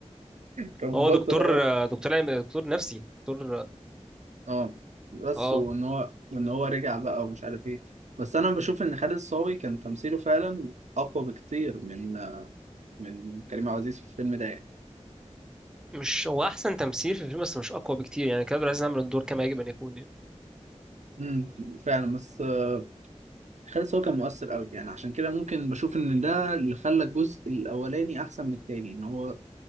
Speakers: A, on the right; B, in the centre.
A: كان مبطل
B: هو دكتور
A: هو
B: آه، دكتور علم دكتور نفسي دكتور
A: اه بس
B: اه
A: وإن هو وإن هو رجع بقى ومش عارف إيه بس أنا بشوف إن خالد الصاوي كان تمثيله فعلا أقوى بكتير من آه، من كريم عبد العزيز في الفيلم ده يعني
B: مش هو احسن تمثيل في الفيلم بس مش اقوى بكتير يعني كان عايز يعمل الدور كما يجب ان يكون يعني
A: امم فعلا بس آه، خالد هو كان مؤثر قوي يعني عشان كده ممكن بشوف ان ده اللي خلى الجزء الاولاني احسن من التاني ان هو